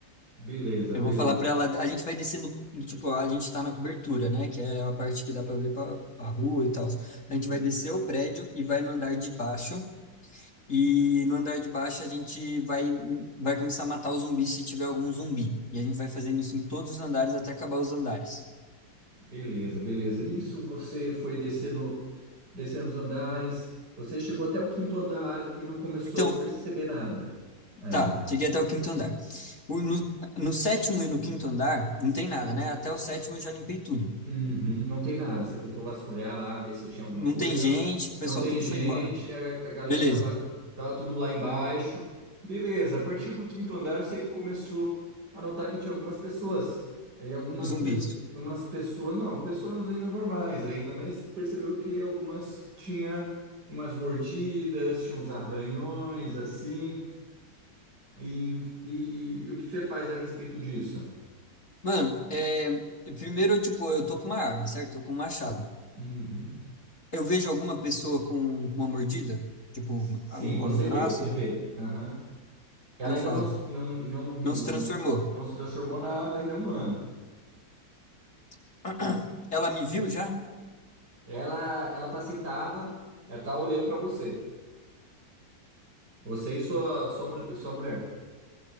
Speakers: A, on the right; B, on the left.
A: Beleza,
B: Eu
A: beleza.
B: vou falar pra ela, a gente vai descer no, no- tipo, a gente tá na cobertura, né, que é a parte que dá pra ver pra, pra rua e tal.
A: Uhum.
B: A gente vai descer o prédio e vai no andar de baixo, e no andar de baixo a gente vai, vai começar a matar os zumbis se tiver algum zumbi. E a gente vai fazendo isso em todos os andares até acabar os andares.
A: Beleza, beleza. Nisso você foi descendo, descendo os andares. Você chegou até o quinto andar e não começou
B: Então,
A: a perceber nada ainda.
B: tá, cheguei até o quinto andar. O- no, no sétimo e no quinto andar, não tem nada, né? Até o sétimo eu já limpei tudo.
A: Uhum, não tem nada. Você tentou vasculhar lá, ver se tinha alguma
B: Não
A: coisa.
B: tem gente, o pessoal
A: Não tem
B: tudo
A: gente,
B: foi embora.
A: a, a galera
B: Beleza,
A: tava, tava tudo lá embaixo. Beleza, a partir do quinto andar você começou a notar que tinha algumas pessoas. E algumas
B: zumbis.
A: pessoas, umas pessoas, não, pessoas ainda normais ainda, mas percebeu que algumas tinha umas mordidas, tinha uns arranhões assim. E, e o que você faz a respeito disso?
B: Mano, é, primeiro, tipo, eu tô com uma arma, certo? Tô com um machado.
A: Uhum.
B: Eu vejo alguma pessoa com com uma mordida, tipo,
A: S- Sim,
B: a- um-
A: você
B: no braço,
A: vê, você vê. Aham. Ela
B: aí eu
A: ainda
B: falo,
A: não, s- não, não, não,
B: não se transformou.
A: não se transformou nada, ainda é humano.
B: <clears throat> Ela me viu já?
A: Ela, ela tá sentada, ela tá olhando pra você. Você e sua, sua, mul- sua mulher.